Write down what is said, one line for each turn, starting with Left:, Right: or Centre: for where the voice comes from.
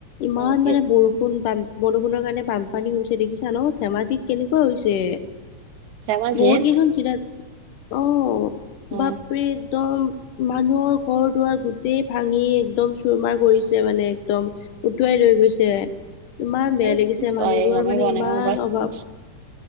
Left: ইমান
Right: অ কি
Left: মানে বৰষ- ষুণ বান বৰষুণৰ কাৰণে বানপানী হৈছে দেখিছাঁ ন? ধেমাজিত কেনেকুৱা হৈছে?
Right: ধেমাজিত
Left: বহুত কেইখন জিলাত, অঁ'
Right: অ
Left: বাপৰে একদম- মানুহৰ ঘৰ-দুৱাৰ গোটেই ভাঙি একদম চুৰমাৰ কৰিছে মানে একদম। উটুৱাই লৈ গৈছে। ইমান বেয়া
Right: এই
Left: লাগিছে
Right: কি কয়
Left: মানুহবোৰৰ
Right: গমেই
Left: মানে
Right: পোৱা
Left: ইমান
Right: নাই মই মোবাইল
Left: অভাৱ,
Right: ইচ